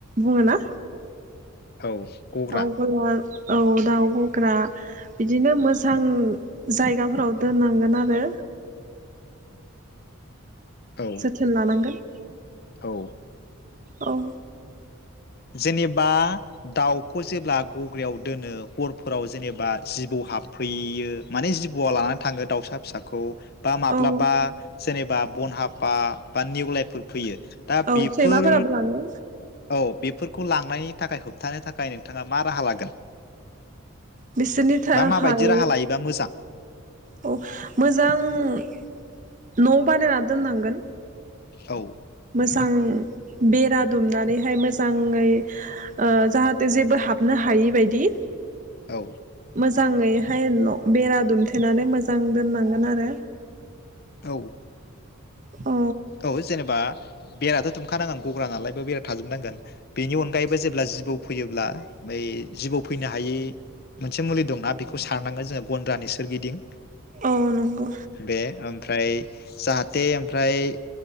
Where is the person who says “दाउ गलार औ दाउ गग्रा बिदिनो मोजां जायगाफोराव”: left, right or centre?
Right